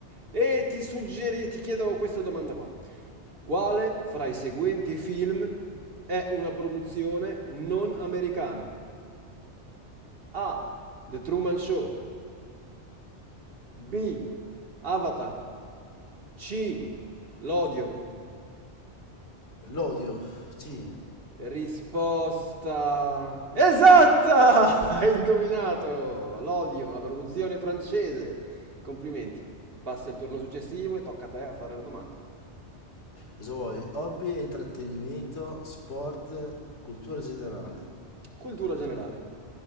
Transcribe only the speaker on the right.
e ti suggeri, ti chiedo questa domanda qua. Quale fra i seguenti film è una produzione non americana? A. The Truman Show. B. Avatar. C. L'odio.
Risposta esatta! <laughs> Hai indovinato! L'odio, una produzione francese. Complimenti. Passi al turno successivo e tocca a te a fare la domanda.
Cultura generale.